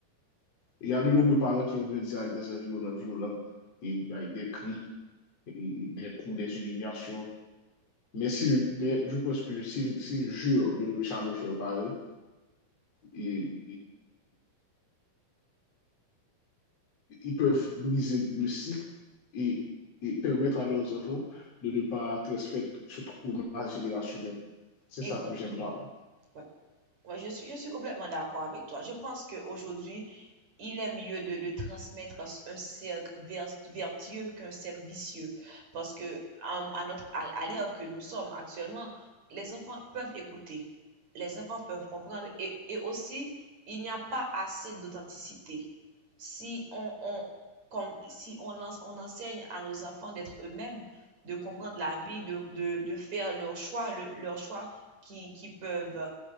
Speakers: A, on the left; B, on the right.
A: Il y a de nombreux parents qui ont grandi avec des environnements violents, et avec des cris, et des coups, des humiliations. Mais, si, mais je pense que s'ils si jurent de ne jamais faire pareil, et, ils peuvent briser le cycle et, et permettre à leurs enfants de ne pas transmettre ce trauma générationnel. C'est
B: Exactement.
A: ça que j'aime pas.
B: Ouais. Ouais, je suis, je suis complètement d'accord avec toi. Je pense qu'aujourd'hui, il est mieux de, de transmettre un cercle ver- vertueux qu'un cercle vicieux. Parce que, à, à notre, à, à l'ère que nous sommes actuellement, les enfants peuvent écouter, les enfants peuvent comprendre et, et aussi, il n'y a pas assez d'authenticité. Si on, on, comme, si on, lance- on enseigne à nos enfants d'être eux-mêmes, de comprendre la vie, de, de, de faire leurs choix, le- leurs choix qui, qui peuvent